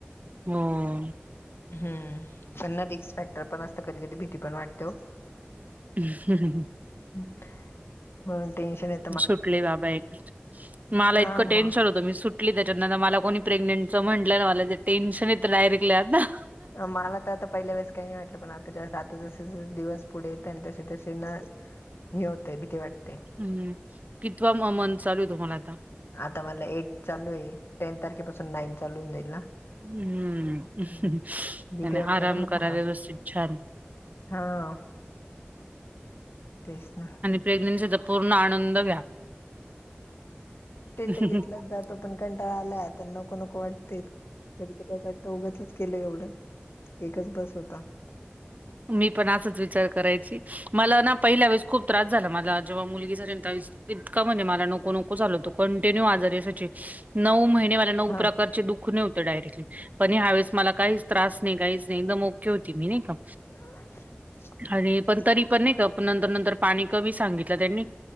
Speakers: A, on the right; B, on the left.
A: मंग.
B: हम्म पण ना रिस्क फॅक्टर पण असते कधी, कधी भीती पण वाटते ओ.
A: <unintelligible>
B: <unintelligible> म्हणून टेन्शन येत.
A: सुटले बाबा एकदाची, मां ला
B: हा
A: इतकं टेन्शन
B: मग.
A: होत त मी सुटली त्याच्यातन. आता मला कोणी प्रेग्नेंटच म्हटलं ना, मला तर टेन्शन येतं डायरेक्टली आता.
B: माला तर आता पहिल्या वेळेस काही नाही वाटलं, पण आता आता जा जसजसं दिवस पुढे येता आहे आणि तसे तसे ना हे होतंय भीती वाटते.
A: हम्म. कितवा म मंन्थ चालू आहे तुम्हाला आता?
B: आता मला ऐट चालू आहे टेन तारखेपासून नाईन चालूू होऊन जाईल ना.
A: हम्म
B: हं. भीती
A: आणि
B: वाटते
A: आराम
B: ना मग
A: करा
B: हा
A: व्यवस्थित छान.
B: हा. तेच ना.
A: प्रेग्नन्सीचा पूर्ण आनंद घ्या. घ्या.
B: ते तर घेतलाच जातो, पण कंटाळा आलाय आता नको नको वाट ते कधी कधी वाटतं, उगाचच केलं एवढं. एकच बस होता.
A: मी पण असाच विचार करायची. मला ना पहिल्या वेळेस खूप त्रास झाला, मला जेव्हा मुलगी झाली ना त्यावेळेस. इतका म्हणजे मला नको नको झालं होत कंटिन्यू आजारी आसायची नऊ महिन्यात. नऊ
B: हा
A: प्रकारचे दुखणे होते डयरेक्टली. पण ह्या वेळेस मला काहीच त्रास नाही. काहीच नाही. एकदम ओके होती मी नाही का?
B: <inaudible>
A: आरे पण तरी पण नाही का पण नंतर, नंतर पाणी कमी सांगितलं त्यांनी